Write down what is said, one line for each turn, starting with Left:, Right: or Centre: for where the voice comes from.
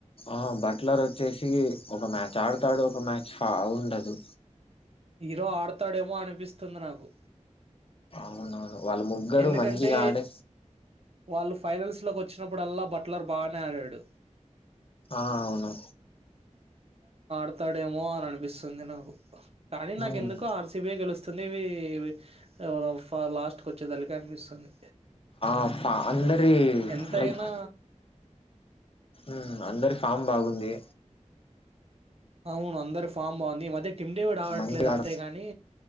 Left: ఆహ్ బట్లర్ వచ్చేసి. ఒక మ్యాచ్ ఆడతాడు ఒక మ్యాచ్ బాగుండదు.
Right: హీరో ఆడతాడేమో అనిపిస్తుంది నాకు.
Left: అవునవును. వాళ్ళ ముగ్గురు
Right: ఎందుకంటే
Left: మంచిగా ఆడే
Right: వాళ్ళు ఫైనల్స్. బట్ లోకి వచ్చినప్పుడు అల్లా బట్లర్ బాగానే ఆడాడు.
Left: ఆహ్ అవును.
Right: మాతాడేమో అని అనిపిస్తుంది నాకు. కానీ నాకెందుకో
Left: ఉమ్.
Right: ఆర్. సి. బి యే గెలుస్తుంది ఇవి ఎవరో ఫ లాస్ట్. కి వచ్చేదలికి అనిపిస్తుంది
Left: ఆహ్ ఫ అందరి
Right: ఎంతైనా
Left: లైక్. ఉమ్ అందరి ఫామ్ బాగుంది.
Right: అవును అందరి ఫామ్ బాగుంది ఈ మధ్య. టీంమ్డేవి ఆడట్లేదు
Left: మంది ఆడ
Right: అంతే గాని.